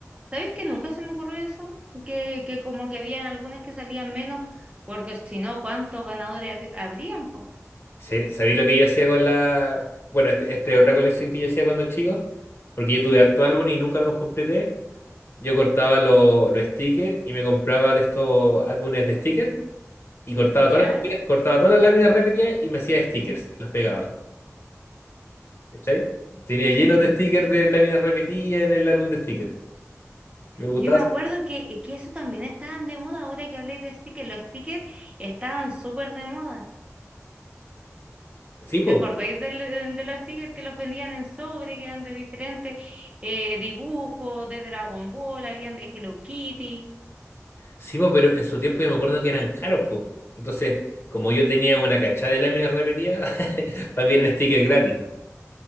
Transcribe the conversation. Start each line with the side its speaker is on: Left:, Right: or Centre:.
Right: ¿Sabes que nunca se me ocurrió eso? Que, que como que habían algunas que salían menos, porque si no, ¿cuántos ganadores hab- habrían, po?
Left: Sí, ¿sabéis lo que yo hacía con la. Bueno, este- esta es otra colección que yo hacía cuando chico, porque yo tuve harto álbum y nunca los completé. Yo cortaba lo- los stickers y me compraba de estos álbumes de stickers y cortaba
Right: ¿Ya?
Left: todas las láminas, cortaba todas las láminas repetidas y me hacía stickers y los pegaba. ¿Cachai?
Right: <laughs>
Left: Tenía llenos de stickers de láminas repetidas en el álbum de stickers. Me gustaba.
Right: Yo me
Left: hacer-
Right: acuerdo que, que eso también estaban de moda, ahora que habléis de stickers, los stickers estaban súper de moda.
Left: Sí, pues.
Right: ¿Te acordáis del- de los stickers que los vendían en sobre, que eran de diferentes eh, dibujos, de Dragon Ball, habían de Hello Kitty?
Left: Sí, po, pero en su tiempo yo me acuerdo que eran caros, pues. Entonces, como yo tenía una cachada de láminas repetidas, <laughs> también eran stickers gratis.